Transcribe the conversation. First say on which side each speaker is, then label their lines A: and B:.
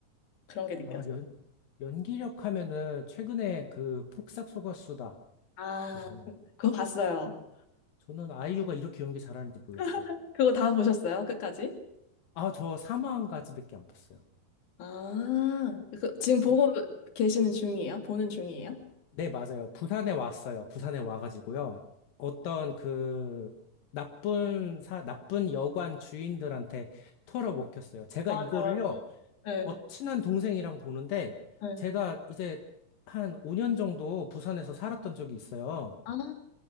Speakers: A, on the left; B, on the left.
A: 그런 게 느껴져요.
B: 아, 연, 연기력 하면은 최근에 그 폭삭 속았수다
A: 아,
B: 보셨나요?
A: 그거 봤어요.
B: 저는 아이유가 이렇게 연기 잘하는지 몰랐어요.
A: <laughs> 그거 다 보셨어요? 끝까지?
B: 아, 저 사망까지밖에 안 봤어요.
A: 아, 그, 지금 보고
B: 어?
A: 계시는 중이에요? 보는 중이에요?
B: 네, 맞아요. 부산에 왔어요. 부산에 와가지고요. 어떤 그 나쁜 사, 나쁜 여관 주인들한테 털어먹혔어요. 제가
A: 맞아,
B: 이거를요.
A: 맞아. 네,
B: 어, 친한 동생이랑 보는데
A: 네.
B: 제가 이제 한 5년 정도 부산에서 살았던 적이 있어요.
A: 아,